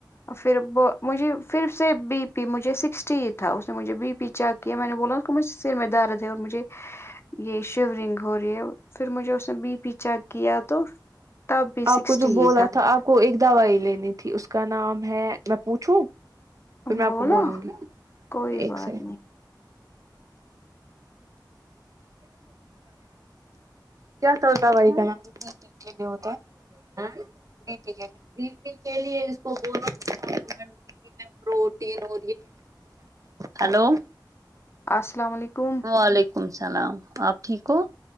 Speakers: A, on the left; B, on the right.
A: پھر مجھے پھر سے بی پی مجھے سکسٹیت تھا اس نے مجھے بی پی چیک کیا میں نے بولا اس مجھے سر میں درد تھے اور مجھے یہ شیورنگ ہو رہی ہے پھر مجھے اس نے بی پی چیک کیا تو تب بھی
B: آپ
A: سکسٹی
B: کو جو بولا
A: ہی
B: تھا آپ کو ایک دوائی لینی تھی اس کا نام ہے میں پوچھوں پھر میں
A: بولا
B: آپ کو بولوں گی
A: کوئی
B: ایک
A: بات
B: سے
A: نہیں
B: کیا ستا بھائی کانا کے لی ہوتے ہ بی پی کے لیے بی پی کے لیے اس کو ب د گی میں پروٹی ہو ہلو
A: السلام علیکم
B: وعلیکم السلام آپ ٹھیک ہو